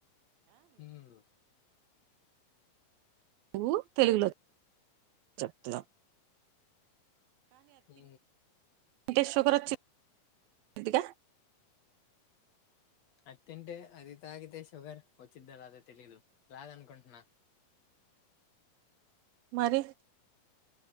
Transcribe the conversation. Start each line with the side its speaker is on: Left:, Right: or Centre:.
Left: హూ
Right: నువ్వు తెలుగులో.. చెప్తున్నావ్
Left: హూ
Right: టె షుగర్ వచ్చి ద్ గ
Left: అది తింటే అది తాగితే షుగర్ వచ్చిద్ద రాదా తెలిదు రాదు అనుకుంటనా
Right: మరి